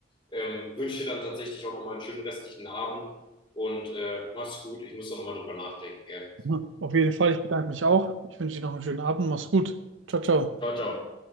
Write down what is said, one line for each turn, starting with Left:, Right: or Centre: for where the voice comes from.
Left: Ähm, wünsche dir dann tatsächlich auch nochmal einen schönen restlichen Abend und äh, mach's gut. Ich muss da nochmal drüber nachdenken. Gell?
Right: Mhm. Auf jeden Fall, ich bedanke mich auch. Ich wünsche dir noch einen schönen Abend. Mach's gut. Ciao, ciao.
Left: Ciao, ciao.